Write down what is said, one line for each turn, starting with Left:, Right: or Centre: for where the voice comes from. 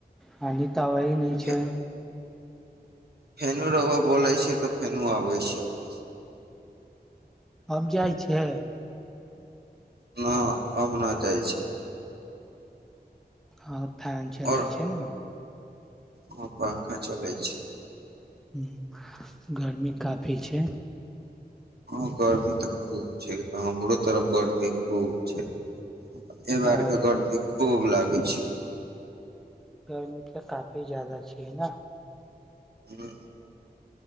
Centre: खालि तवइ नीचे
Right: फे फेनू रौआ बोलय छैऽ त फेनू आबै छै ओहि सँ
Centre: हम जाइ छै
Right: न हम न जाइ छै
Centre: हँ फैन चलै
Right: और
Centre: छै ने
Right: हँ पंखा चलै छै
Centre: हूँ गर्मी काफी छै
Right: हँ गर्मी तऽ खूब छै ओ तऽ हमरो तरफ गरमी खूब छै <unintelligible>
Centre: आ
Right: खूब लागै छै
Centre: गर्मी तऽ काफी ज्यादा छै ने
Right: ह